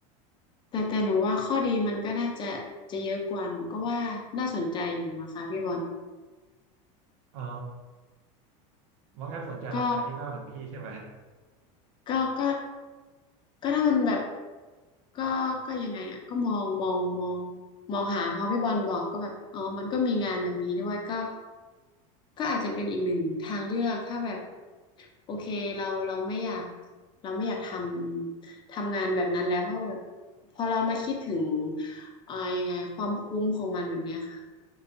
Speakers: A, on the left (about 30°); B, on the right (about 75°).
A: แต่แต่หนูว่าข้อดีมันก็น่าจะจะเยอะกว่าหนูก็ว่าน่าสนใจอยู่นะคะพี่บอล
B: อ๋อว่างั้นสนใจทำงานที่บ้านเหมือนพี่ใช่ไหม
A: ก็ ก็ก็ก็ถ้ามันแบบก็ก็ยังไงอ่ะก็มองมองมองมองหาพอพี่บอลบอกก็แบบอ๋อมันก็มีงานแบบนี้ด้วยก็ก็อาจจะเป็นอีกหนึ่งทางเลือกถ้าแบบโอเคเราเราไม่อยากเราไม่อยากทำทำงานแบบนั้นแล้วเพราะว่าแบบพอเรามาคิดถึงอ่ายังไงความคุ้มของมันแบบเนี้ยค่ะ